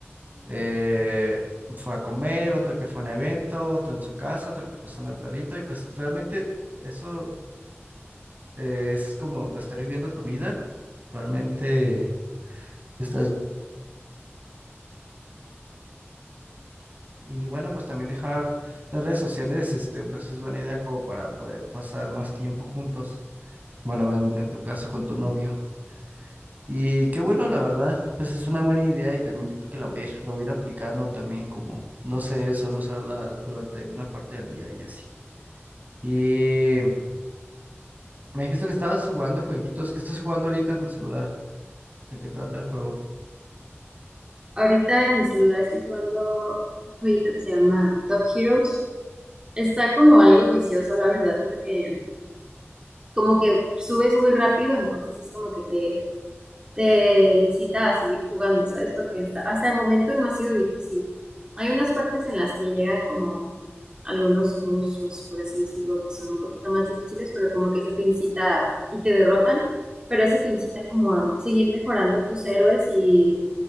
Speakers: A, on the right; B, on the right.
A: eh, fue a comer, otro que fue a un evento, otro en su casa, otro que pasó en el perrito, y pues realmente eso eh, es como estar viviendo tu vida, realmente estás... Y bueno, pues también dejar las redes sociales, este, pues es buena idea como para poder pasar más tiempo juntos. bueno, en, en tu caso con tu novio. Y qué bueno, la verdad, pues es una buena idea y también yo creo que la voy a ir, la voy a ir aplicando también como, no sé, solo usarla durante una parte del día y así. Y me dijiste que estabas jugando jueguitos, ¿qué estás jugando ahorita en el celular? ¿De qué trata el juego?
B: Ahorita en mi celular estoy jugando un jueguito que se llama Top Heroes. Está como algo vicioso, la verdad, porque como que subes muy rápido, entonces es como que te te incita a seguir jugando, ¿sabes? Porque hasta, hasta el momento no ha sido difícil. Hay unas partes en las que llegan como algunos monstruos, por así decirlo, que son un poquito más difíciles, pero como que eso te incita y te derrotan, pero eso te incita como a seguir mejorando tus héroes y